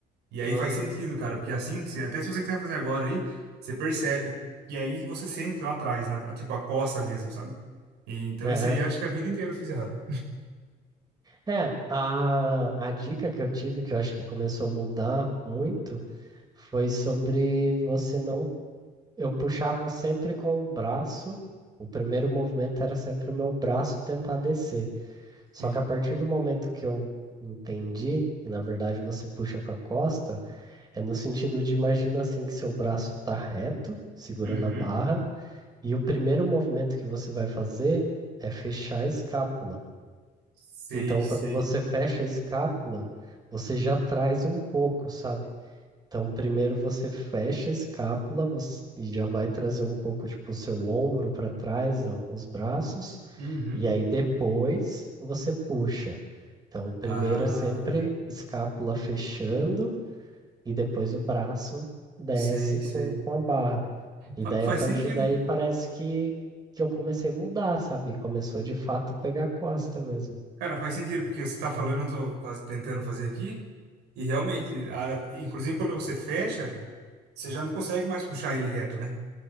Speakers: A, on the right; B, on the right.
A: E
B: uhum,
A: aí faz sentido, cara, porque assim, se- até se você quiser fazer agora aí, você percebe. E aí você sente lá atrás, na, tipo a costa mesmo, sabe? E, então
B: aham.
A: isso aí eu acho que a vida inteira eu fiz errado.
B: É, É, a, a dica que eu tive, que eu acho que começou a mudar muito, foi sobre você não. Eu puxava sempre com o braço, o primeiro movimento era sempre o meu braço tentar descer. Só
A: Sim.
B: que a partir do momento que eu entendi que, na verdade, você puxa com a costa, é no sentido de imagina assim que seu braço está reto, segurando
A: Uhum.
B: a barra, e o primeiro movimento que você vai fazer é fechar a escápula.
A: Sei,
B: Então,
A: sei.
B: quando você fecha a escápula, você já traz um pouco, sabe? Então, primeiro você fecha a escápula você- e já vai trazer um pouco, tipo, o seu ombro para trás, ó, os braços,
A: Uhum.
B: e aí depois você puxa. Então, primeiro
A: Ah,
B: é sempre escápula fechando e depois o braço desce
A: sei, sei.
B: com, com a barra. E
A: Fa-
B: daí,
A: faz
B: a partir
A: sentido.
B: daí, parece que, que eu comecei a mudar, sabe? Começou de fato pegar a costa mesmo.
A: Cara, faz sentido, porque você tá falando, eu tô faz- tentando fazer aqui, e realmente, a- inclusive quando você fecha, você já não consegue mais puxar ele reto, né?